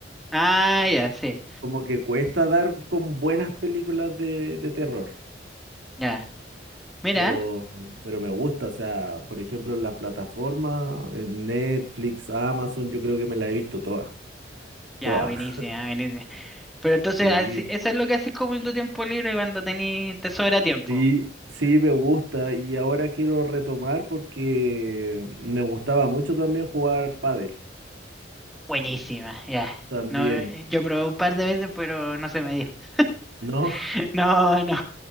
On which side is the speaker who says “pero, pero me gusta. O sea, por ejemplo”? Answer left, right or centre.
Right